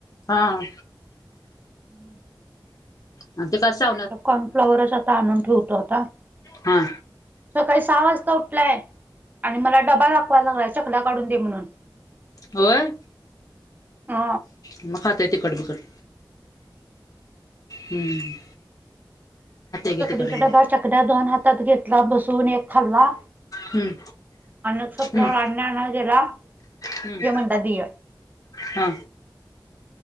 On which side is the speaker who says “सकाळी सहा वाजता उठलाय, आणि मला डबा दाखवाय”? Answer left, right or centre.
Right